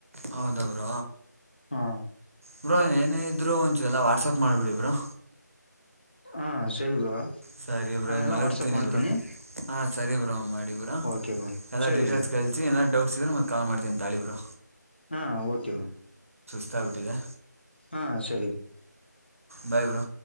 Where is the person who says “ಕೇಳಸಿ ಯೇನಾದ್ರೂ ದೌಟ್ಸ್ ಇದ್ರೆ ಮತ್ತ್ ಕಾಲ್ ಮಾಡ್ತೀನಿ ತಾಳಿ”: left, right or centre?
Right